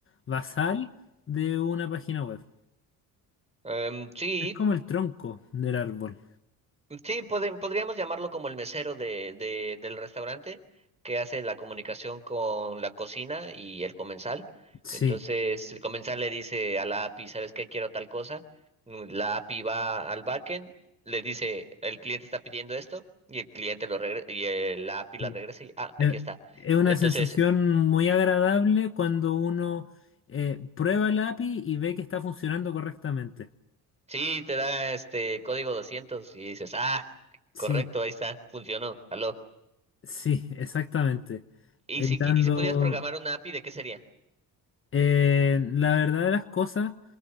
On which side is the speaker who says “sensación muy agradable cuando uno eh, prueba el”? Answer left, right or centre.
Left